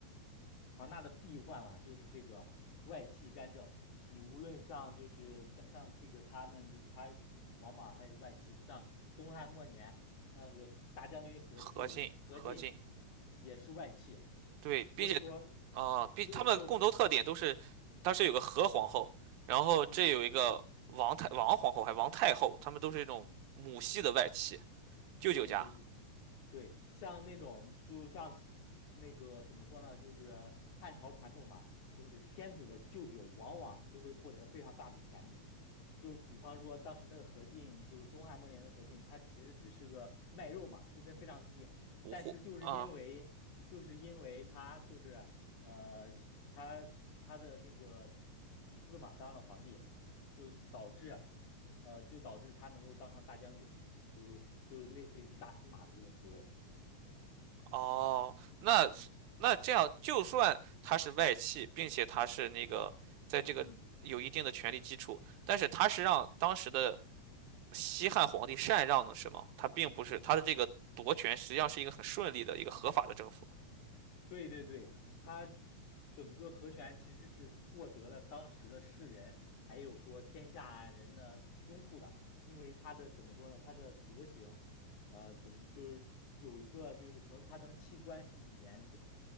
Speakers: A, on the left (about 80°); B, on the right (about 80°).
A: 庞大的弊患嘛，就是这个外戚干政。你无论像就是像像这个他们这他王莽他也是外戚，像东汉末年那个和大将军何气何进
B: 何进，何进。
A: 也是外戚，
B: 对，
A: 所以说
B: 并且啊，并他们的共同特点都是，
A: 就就
B: 当时有个何皇后，然后这有一个王太王皇后，
A: 嗯。
B: 还王太后，他们都是这种母系的外戚，舅舅家
A: 对对对对，像那种就像那个怎么说呢，就是汉朝传统嘛，就是天子的舅舅往往就会获得非常大的权力。就比方说当时那个何进，就是东汉末年的何进，他其实只是个卖肉嘛，出身非常低，
B: 无户啊。
A: 但是就是因为就是因为他就是呃是他他的那个侄子嘛当了皇帝，就导致呃就导致他能够当上大将军。就是就是类似于大司马的这种职位。
B: 哦，那那这样，就算他是外戚，并且他是那个在这个有一定的权力基础，
A: 嗯，
B: 但是他是让当时的西汉皇帝禅让的，是吗？他并不是他的这个夺权，实际上是一个很顺利的一个合法的政府。
A: 对对对，他整个和权其实是获得了当时的世人还有说天下人的拥护的，因为他的怎么说呢？他的德行，呃，怎么就是有一个就是曾他曾弃官十几年，